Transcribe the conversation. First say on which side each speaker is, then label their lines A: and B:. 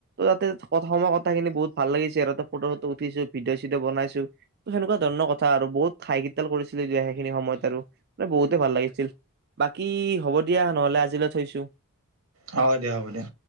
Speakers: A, on the right; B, on the right.
A: তাতে সময় কথাখিনি বহুত ভাল লাগিছে আৰু ততে ফটো ফটো উঠিছো। ভিডিঅ চিডি' বনাইছো। ত, সেনেকুৱা ধৰণৰ কথা আৰু বহুত খাইখিতাল কৰিছিল সেইখিনি সময়ত আৰু মানে বহুতে ভাল লাগিছিল। বাকী হ'ব দিয়া নহলে আজিলৈ থৈছো।
B: হ'ব দিয়া হ'ব দিয়া।